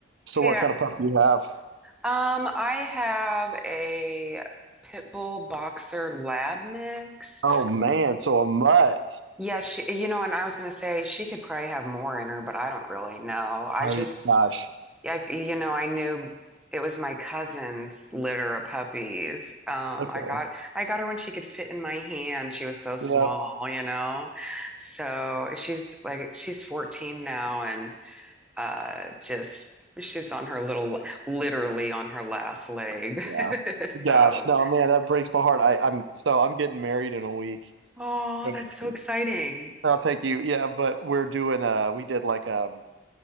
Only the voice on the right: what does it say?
So
what kind of pup do you have?
Oh man, so a mutt.
I
gosh.
Okay.
Yep.
Yeah.
Gosh. No, man, that breaks my heart. I, I'm so I'm getting married in a week.
And
oh, thank you. Yeah, but we're doing uh we did like um